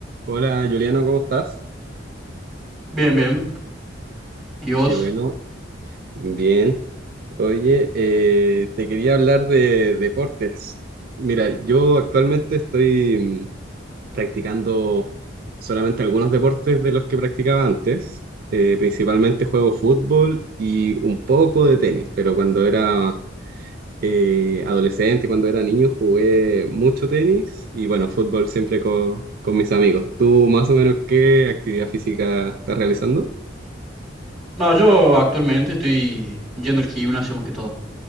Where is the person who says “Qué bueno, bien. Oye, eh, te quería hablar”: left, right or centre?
Right